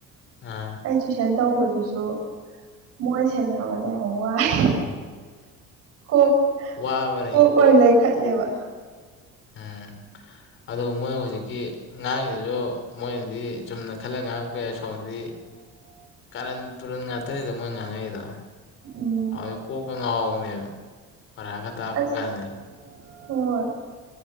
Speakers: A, on the left; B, on the right.
A: ꯑꯥ
B: ꯑꯩ ꯇꯨꯏꯁꯟ ꯇꯧꯕꯗꯨꯁꯨ ꯃꯣꯏ ꯁꯦꯟꯅꯕꯗ ꯌꯥꯝ ꯋꯥꯏ ꯀꯣꯛ
A: ꯋꯥꯕꯅꯦ
B: ꯀꯣꯛ ꯑꯣꯏꯅ ꯂꯩꯈꯠꯂꯦꯕ
A: ꯍꯝ ꯑꯗꯨ ꯃꯣꯏ ꯍꯧꯖꯤꯛꯀꯤ ꯉꯥꯡꯉꯤꯗꯨꯁꯨ ꯃꯣꯏꯅꯗꯤ ꯆꯨꯝꯅ ꯈꯜꯂꯒ ꯉꯥꯡꯉꯛꯄ ꯌꯥꯏ ꯁꯣꯝꯗꯤ
B: <inaudible>
A: ꯀꯔꯟ ꯇꯨꯔꯟ ꯉꯥꯛꯇꯅꯤꯗꯣ ꯃꯣꯏ ꯉꯥꯡꯉꯛꯏꯗꯣ
B: ꯎꯝ
A: ꯑ ꯀꯣꯀ ꯉꯎꯕꯅꯦ ꯐꯔꯒ ꯇꯥꯛꯄꯀꯅꯤ
B: ꯑꯁ ꯍꯣꯏ